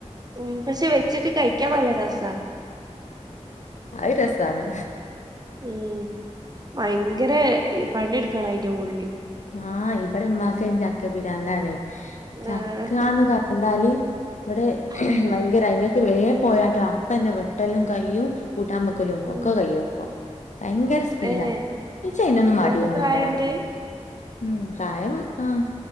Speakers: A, on the right; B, on the left.
A: ഉം പക്ഷെ വെച്ചിട്ട് കഴിക്ക്യാൻ നല്ലാ രെസാ
B: അയ് രസാണ്
A: ഉം ഭയങ്കരെ പണിയെടുക്കാണ് അയിന്റെ മോളില്
B: ആഹ് ഇവടെ ഉമ്മാക്ക് അയിന് ചക്ക പിരാന്തണ് ചക്കാന്ന്
A: ആഹ്
B: കണ്ടാല് ഇവടെ
A: ഉം
B: ഭയങ്കര അയി മേത്ത് വേഗം പോയാട്ടോ അപ്പന്നെ വെട്ടലും കൈയും കൂട്ടാൻ വെ ക്കലും
A: ഉം
B: ഒക്കെ കഴിയും അപ്പൊ ഭയങ്കര സ്പീഡാ
A: ഏഹ്
B: <unintelligible> അയിനൊന്നും
A: ഉമ്മാക്ക്
B: മടിയൊന്നും
A: പ്രായണ്ട്
B: ഇല്ലാ പറയും ഉം പ്രായം ആഹ്